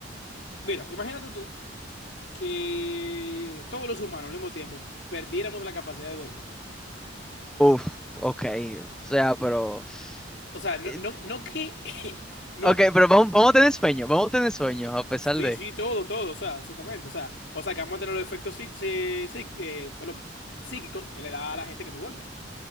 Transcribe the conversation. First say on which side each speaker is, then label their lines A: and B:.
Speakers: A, on the left (about 65°); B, in the centre.
A: Mira, imagínate tú que todos los humanos al mismo tiempo perdiéramos la capacidad de dormir.
B: Uf, ok, o sea, pero...
A: O sea, no,
B: eh,
A: no, no que... <laughs> No
B: Ok,
A: que...
B: pero vamos, vamos a tener sueño, vamos a tener sueño, a pesar
A: Sí,
B: de...
A: sí, todo, todo, o sea, exactamente. O sea, o sea, que vamos a tener los efectos psí- sí, sí, eh, perdón, psíquicos que le da a la gente que no duerme.